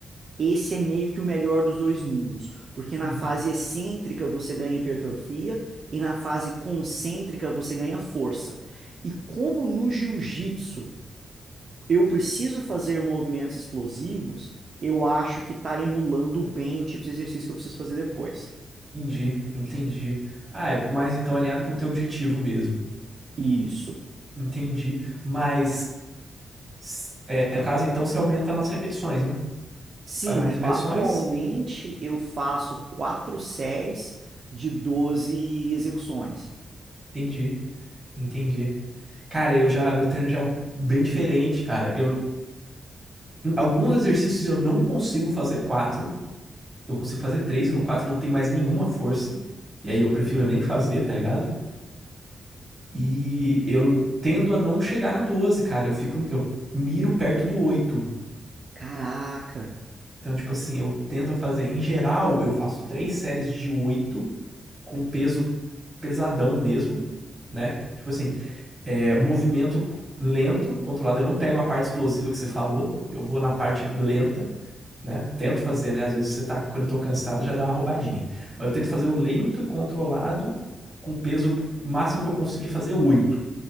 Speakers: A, on the right; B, on the right.
A: esse é meio que o melhor dos dois mundos, porque na
B: uhum.
A: fase excêntrica você ganha hipertrofia e na fase concêntrica você ganha força. E como no jiu-jitsu eu preciso fazer movimentos explosivos, eu acho que está emulando bem o tipo de exercício que eu preciso fazer depois.
B: Entendi, entendi. Ah, é mais então alinhado com o teu objetivo mesmo.
A: Isso.
B: Entendi. Mas, s- é, no caso, então, você aumenta nas repetições, né?
A: Sim,
B: Faz mais repetições?
A: atualmente eu faço quatro séries de 12 execuções.
B: Entendi, entendi. Cara, eu já, meu treino já é um, bem diferente, cara. Eu, em alguns exercícios eu não consigo fazer quatro. Eu consigo fazer três, e no quatro não tem mais nenhuma força. E aí eu prefiro nem fazer, tá ligado? E eu tendo a não chegar na 12, cara. Eu fico, eu miro perto do oito
A: Caraca.
B: Então, tipo assim, eu tento fazer. Em geral, eu faço três séries de oito com peso pesadão mesmo, né? Tipo assim, é, movimento lento, controlado. Eu não pego a parte explosiva que você falou, eu vou na parte lenta, né? Tento fazer, né? Às vezes você tá, quando eu tô cansado, já dá uma roubadinha. Mas eu tento fazer o lento e controlado com peso máximo que eu conseguir fazer oito.